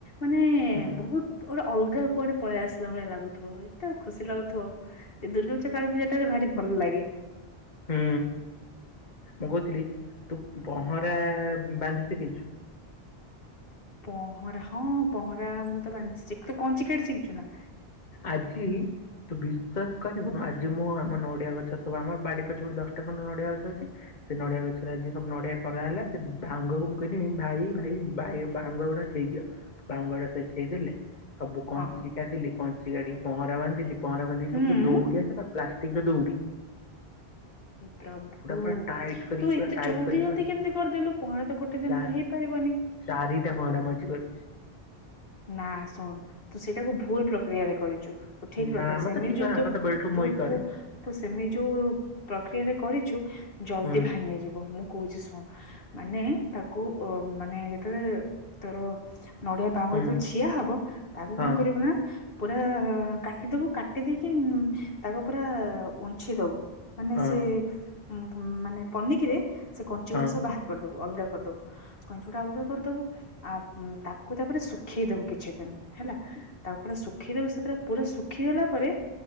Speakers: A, on the left; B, on the left.
A: ମାନେ
B: ହୁଁ
A: ବହୁତ୍ ଗୋଟେ ଅଲଗା କୁଆଡେ ପଳେଇ ଆସିଲା ଭଳିଆ ଲାଗୁଥିବ ଏତେ ଖୁସି ଲାଗୁଥିବ ଏ ଦୁର୍ଗାପୂଜା କାଳୀପୂଜାଟା ଭାରି ଭଲ ଲାଗେ।
B: ହୁଁ ମୁଁ କହୁଥିଲି ତୁ ପହଁରା ବାନ୍ଧି ସିଖିଚୁ?
A: ପହଁରା ହଁ ପହଁରା ମୁଁ ତ ବାନ୍ଧି ଶିଖିଚି, ତୁ କଇଁଞ୍ଚି କାଢି ଶିଖିଚୁନା?
B: ଆଜି ତୁ ବିଶ୍ଵାସ କରିବୁନି ଆଜି ମୁଁ ଆମ ନଡିଆ ଗଛ ସବୁ ଆମର ବାଡି ପଛପେ ଦଶଟା ଖଣ୍ଡେ ନଡିଆ ଗଛ ଅଛି ସେ ନଡିଆ ଗଛରେ ଆଜି ସବୁ ନଡିଆ ପରା ହେଲା ସେ ଭାଉଙ୍ଗା କୁ ମୁଁ କହିନି ଭାଇ ଭାଇ ଭାଇ ବାହୁଙ୍ଗା ଗୁଡା ଅଛି ଛେଇଦିଅ ବାହୁଙ୍ଗା ଗୁଡା ସେ ଛେଇଦେଲେ ସବୁ କଇଁଞ୍ଚି
A: ହଁ ହଁ
B: କାଢିଲି କଇଁଞ୍ଚି କାଢ଼ିକି ପହଁରା ବାନ୍ଧିଲି ପହଁରା ବାନ୍ଧିକି
A: ହୁଁ।
B: ସବୁ ଦଉଡି ଆଣିକି ପ୍ଲାଷ୍ ଷ୍ଟିକ ର ଦୌଉଡ଼ି
A: ହେପ୍ରଭୁ
B: ପୁରା ଟାଇଟ
A: ତୁ
B: କରିକି
A: ଏତେ
B: ପୁରା ଟାଇଟ
A: ଜଲଦି
B: କରିକି
A: ଜଲଦି
B: ପୁରା
A: କେମିତି କରିଦେଲୁ ପହଁରା ତ ଗୋଟେ ଦିନରେ
B: ଚା
A: ହେଇ ପାରିବନି।
B: ଚାରିଟା ପହଁରା ମୁଁ ଆଜି କରିଚି।
A: ନା ଶୁଣୁ ତୁ ସେଇଟାକୁ ଭୁଲ ପ୍ରକ୍ରିୟାରେ କରିଚୁ। ତ ଠିକ୍ ପ୍ରୋଗେସ
B: ନା ଆମେ
A: ସେମିଯି
B: ତ ଠିକ ଆମେ
A: ତୁ
B: ତ ବେଲଟୁ
A: ତୁ
B: ମୁଇଁ କରେ
A: ତୁ ତୁ ସେମିତି ଯଉ ପ୍ରକ୍ରିୟା ରେ କରିଚୁ ଜଲଦି
B: ହୁଁ
A: ଭାଙ୍ଗି ଯିବ ମୁଁ କହୁଚି ଶୁଣ ମାନେ ତାକୁ ଓ ମାନେ ଯେତବେଳେ ତୋର ନଡିଆ ବାହୁଙ୍ଗା
B: ହୁଁ
A: ଯେତବେଳେ ଛିିଆ ହବ ତାକୁ
B: ହଁ
A: କଁ କରିଵୁ ନା? ପୁରା କାଟିଦବୁ କାଟି ଦେଇକି ତାକୁ ପୁରା ଉଞ୍ଛି ଦବୁ ମାନେ
B: ହଁ
A: ସେ ଉ ମାନେ ପନିକିରେ ସେ କଞ୍ଚି
B: ହଁ।
A: ଗୁଡା ସବୁ ବାହାର କରିଦବୁ ଅଲଗା କରିଦବୁ କଞ୍ଚି ଗୁଡା ଅଲଗା କରିଦବୁ ଆ ହୁଁ ତାକୁ ତାପରେ ଶୁଖେଇଦବୁ କିଛି ଦିନ ହେଲା ତାପରେ ଶୁ ଶୁଖେଇଦବୁ ସେଥିରେ ପୁରା ଶୁଖିଗଲା ପରେ